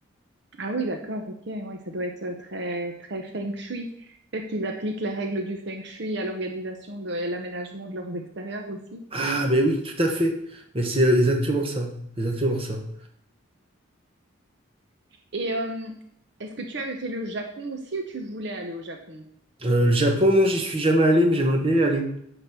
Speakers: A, on the right (about 55°); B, on the right (about 25°).
A: Ah oui, d'accord. Ok. Oui, ça doit être très très feng shui. Peut-être qu'ils appliquent les règles du feng shui à l'organisation de- et à l'aménagement de leurs extérieurs aussi.
B: Ah, mais oui, tout à fait. Mais c'est exactement ça, exactement ça.
A: Et euh, est-ce que tu avais fait le Japon aussi ou tu voulais aller au Japon?
B: Euh, le Japon, non, j'y suis jamais allé, mais j'aimerais bien y aller.